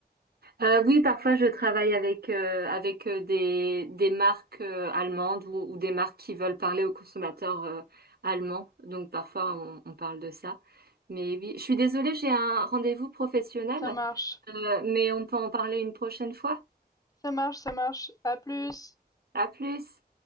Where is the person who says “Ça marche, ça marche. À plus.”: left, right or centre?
Left